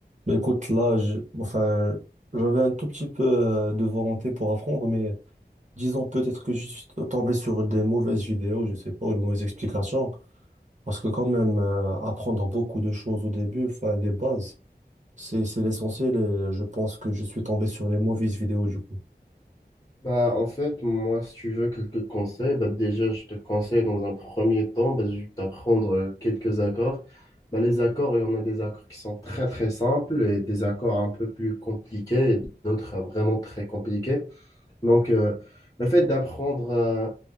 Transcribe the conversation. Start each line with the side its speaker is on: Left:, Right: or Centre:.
Right: Mais écoute, là, je- enfin, j'avais un tout petit peu euh, de volonté pour apprendre, mais disons peut-être que je suis tombé sur des mauvaises vidéos, je sais pas, ou de mauvaises explications. Parce que quand même, euh, apprendre beaucoup de choses au début, enfin, les bases, c'est, c'est l'essentiel et je pense que je suis tombé sur les mauvaises vidéos du coup.
Left: Bah, en fait, moi, si tu veux quelques conseils, bah, déjà, je te conseille dans un premier temps bah, juste d'apprendre euh, quelques accords. Bah, les accords, il y en a des accords qui sont très, très simples et des accords un peu plus compliqués et d'autres euh, vraiment très compliqués. Donc, euh, le fait d'apprendre euh,